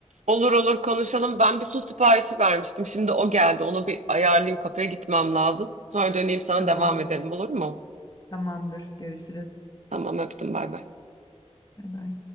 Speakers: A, on the right; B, on the left.
A: Olur olur konuşalım. Ben bir su siparişi vermiştim. Şimdi o geldi. Onu bir ayarlayayım. Kapıya gitmem lazım. Sonra döneyim sana
B: Tamam.
A: devam
B: Tamamdır.
A: edelim olur mu?
B: Tamamdır. Görüşürüz.
A: Tamam öptüm bay bay.
B: Bay bay.